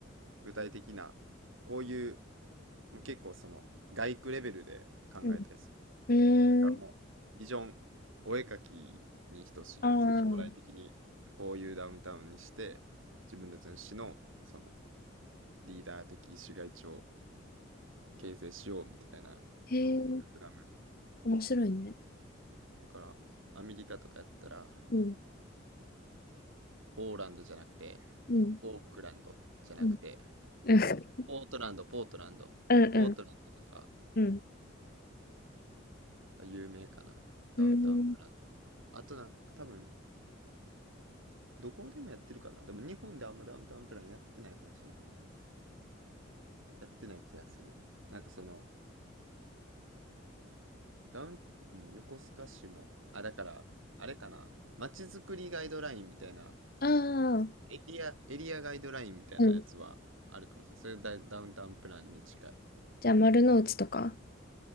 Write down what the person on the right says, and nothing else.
具体的な、こういう、もう結構その、外区レベルで考えたりする。
だからもう、ビジョン、お絵描きに等しい、
その将来的にこういうダウンタウンにして、自分たちの市の、その、リーダー的市街地を形成しようみたいなのを企む。
だから、アメリカとかやったら、
オーランドじゃなくて、
オークランドじゃなくて、
ポートランド、ポートランド、
ポートランドとか、
有名かな。ダウンタウンプラン
あとなんか多分、どこでもやってるかな。でも日本であんまダウンタウンプランやってないかもしれへんな。やってない気がする。なんかその、ダウン、うん、横須賀市も、あ、だから、あれかな。街づくりガイドラインみたいな、
エリア、エリアガイドラインみたいなやつはあるかもしれない。
それダ、ダウンタウンプランに近い。